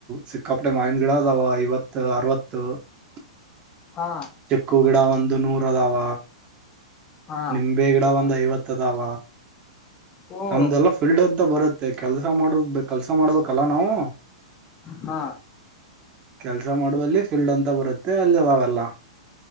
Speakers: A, on the right (about 30°); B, on the left (about 30°).
A: ಸಿಕ್ಕಾಪಟೆ ಮಾವಿನ ಗಿಡ ಅದವ ಐವತ್ತು ಅರವತ್ತು ತ <inaudible>
B: ಹಾ
A: ಚಿಕ್ಕು ಗಿಡ ಒಂದು ನೂರ ಅದಾವ
B: ಹಾ
A: ನಿಂಬೆ ಗಿಡ ಒಂದ ಐವತ್ತದಾವ
B: ಓ
A: ನಮ್ದೆಲ್ಲಾ ಫೀಲ್ಡ್ ಅಂತ ಬರುತ್ತೆ ಕೆಲ್ಸ ಮಾಡುದ ಕೆಲ್ಸ ಮಾಡ್ಬೇಕಲ್ಲ ನಾವು
B: ಹಾ
A: ಕೆಲ್ಸ ಮಾಡುವಲ್ಲಿ ಫೀಲ್ಡ್ ಅಂತ ಬರುತ್ತೆ ಅಲ್ಲಿ <unintelligible> ಲ್ಲ